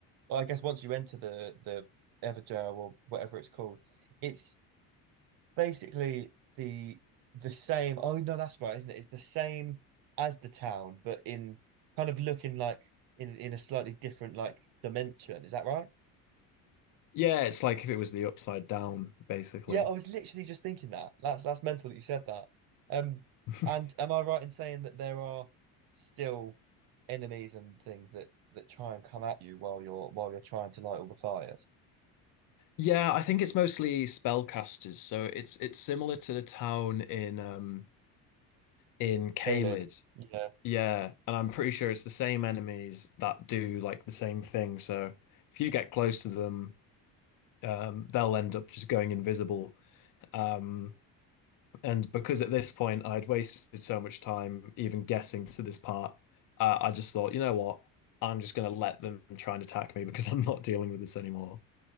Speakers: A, on the right; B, on the left.
A: well, I guess once you enter the the Everjail or whatever it's called, it's basically the the same. Oh no, that's right, isn't it? It's the same as the town, but in kind of looking like in in a slightly different like dimension. Is that right?
B: Yeah, it's like if it was the upside down, basically.
A: Yeah, I was literally just thinking that. That's that's mental that you said that. Um,
B: <laughs>
A: and am I right in saying that there are still enemies and things that that try and come at you while you're while you're trying to light all the fires?
B: Yeah, I think it's mostly spellcasters. So it's it's similar to the town in um in Caelid
A: Caled. Yeah.
B: Yeah, and I'm pretty sure it's the same enemies that do like the same thing. So if you get close to them, um, they'll end up just going invisible. Um, and because at this point I'd wasted so much time even guessing to this part, uh, I just thought, you know what? I'm just gonna let them try and attack me because <laughs> I'm not dealing with this anymore.